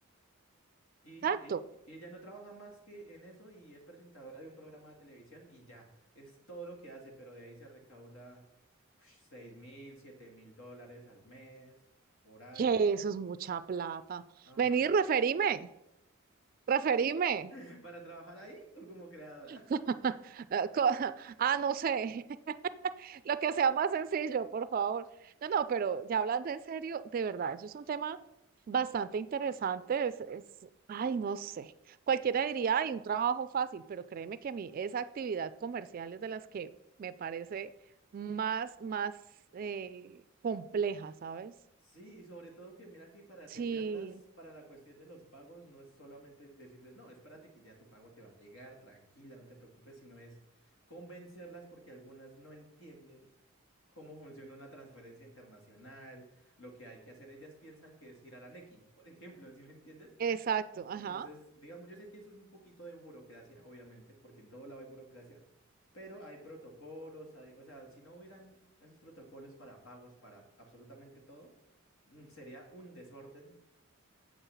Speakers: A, on the left; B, on the right.
A: Y,
B: Exacto.
A: e- y ella no trabaja más que en eso y es presentadora de un programa de televisión y ya, es todo lo que hace, pero de ahí se recauda seis mil, siete mil dólares al mes, por ahí.
B: Que eso es mucha plata.
A: Ajá.
B: Vení, referime, referime.
A: <laughs> ¿Para trabajar ahí o como creadora?
B: <laughs> Ah, co- ah, no sé, <laughs> lo que sea más sencillo, por favor. No, no, pero ya hablando en serio, de verdad, eso es un tema bastante interesante. Es, es, ay, no sé. Cualquiera diría, ay, un trabajo fácil, pero créeme que a mí esa actividad comercial es de las que me parece más, más eh, compleja, ¿sabes?
A: Sí, y sobre todo que mira que para atenderlas,
B: Sí,
A: para la cuestión de los pagos, no es solamente decirles, no, espérate que ya tu pago te va a llegar, tranquila, no te preocupes, sino es convencerlas porque algunas no entienden cómo funciona una transferencia internacional, lo que hay que hacer. Ellas piensan que es girar a Nequi, por <laughs> ejemplo, ¿sí me entiendes?
B: exacto,
A: Entonces,
B: ajá.
A: digamos, yo sé que es un poquito de burocracia, obviamente, porque en todo lado hay burocracia, pero hay protocolos, hay, o sea, si no hubieran esos protocolos para pagos, para absolutamente todo, mm, sería un desorden.